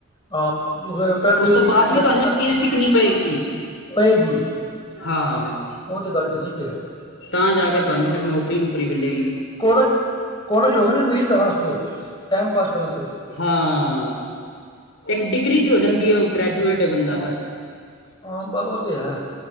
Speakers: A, on the left (about 20°); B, on the left (about 70°).
A: ਹਾਂ ਫਿਰ ਪੈਸੇ
B: ਉਸ ਤੋਂ
A: ਇਕੱਠੇ
B: ਬਾਅਦ ਵੀ ਤੁਹਾਨੂੰ ਸਕਿੱਲ ਸਿੱਖਣੀ ਪਏਗੀ।
A: ਪਏਗੀ
B: ਹਾਂ।
A: ਉਹ ਤੇ ਗੱਲ ਠੀਕ ਹੈ।
B: ਤਾਂ ਜਾ ਕੇ ਤੁਹਾਨੂੰ ਫੇਰ, ਨੌਕਰੀ ਨੂੰ ਵੇਲੇ <unintelligible> <unintelligible>
A: ਕੋਲਜ, ਕੋਲਜ ਹੋ ਗੇ ਨੇ ਅਮੀਰ ਘਰਾਂ ਵਸਤੇ ਟਾਈਮ ਪਾਸ ਕਰਨ ਵਾਸਤੇ।
B: ਹਾਂ, ਇੱਕ ਡਿਗਰੀ ਵੀ ਹੋ ਜਾਂਦੀ ਹੈ, ਗ੍ਰੈਜੂਏਟ ਏ ਬੰਦਾ ਬਸ।
A: ਹਾਂ, ਉਹ ਤੇ ਹੈ